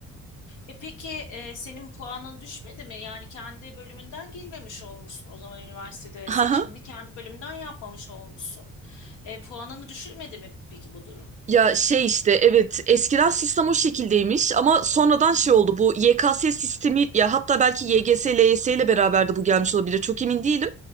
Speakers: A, on the left; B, on the right.
A: E peki e, senin puanın düşmedi mi? Yani kendi bölümünden girmemiş olmuşsun. O zaman üniversitede
B: <laughs>
A: seçimini
B: Haha.
A: kendi bölümünden yapmamış olmuşsun. E, puanını düşürmedi mi peki bu durum?
B: Ya şey işte evet eskiden sistem o şekildeymiş ama sonradan
A: Hı
B: şey
A: hı.
B: oldu bu YKS sistemi ya hatta belki YGS, LYS ile beraber de bu gelmiş olabilir çok emin değilim.